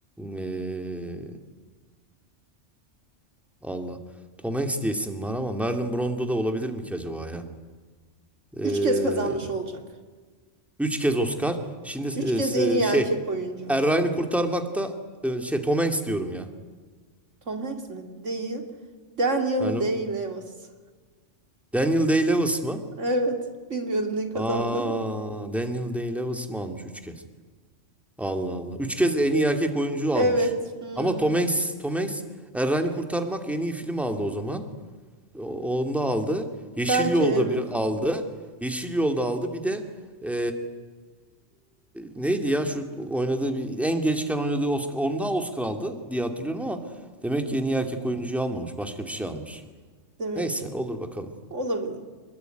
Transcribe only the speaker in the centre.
E, Allah. Tom Hanks diye isim var ama Marlon Brando da olabilir mi ki acaba ya? E,
üç kez Oscar. Şimdi e,
s-
şey
Er kurtarmakta e, şey Tom Hanks diyorum ya.
Yani
Daniel Day-Lewis mı?
Aa, Daniel Day-Lewis mı almış üç kez? Allah Allah. Üç kez en iyi erkek oyuncu almış.
Ama Tom Hanks, Tom Hanks Er Ryan'ı Kurtarmak en iyi film aldı o zaman. O- Onu da aldı. Yeşil
Yolda
bir aldı. Yeşil Yolda aldı. Bir de eee, neydi ya şu oynadığı bir en gençken oynadığı Oscar. Onda Oscar aldı diye hatırlıyorum ama demek
ki en iyi erkek oyuncuyu almamış. Başka bir şey almış.
Neyse
olur bakalım.